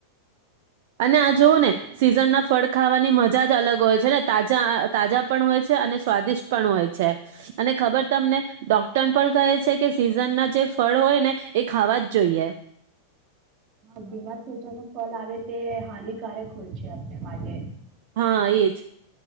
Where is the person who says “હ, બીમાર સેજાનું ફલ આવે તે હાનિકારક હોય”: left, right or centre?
Right